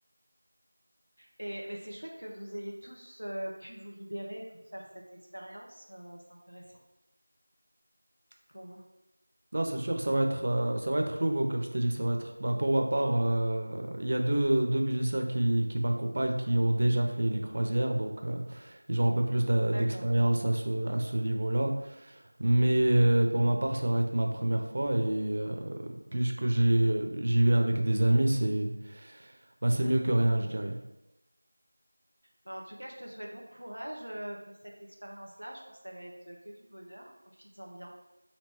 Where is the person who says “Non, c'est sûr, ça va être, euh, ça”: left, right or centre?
Right